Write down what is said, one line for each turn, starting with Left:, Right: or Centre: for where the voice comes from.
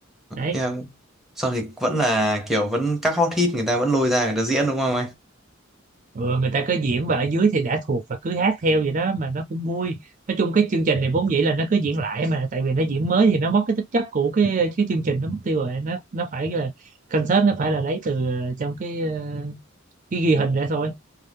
Right: đấy
Centre: em sau thì vẫn là kiểu vẫn các hot hit người ta vẫn lôi ra người ta diễn đúng không
Right: ừ, người ta cứ diễn và ở dưới thì đã thuộc và cứ hát theo vậy đó mà nó cũng vui nói chung cái chương trình này vốn dĩ là nó cứ diễn lại mà tại vì nó diễn mới thì nó mất cái tính chất của cái cái chương trình nó mất tiêu rồi nó nó phải là concert nó phải là lấy từ ờ, trong cái ờ, cái ghi hình ra thôi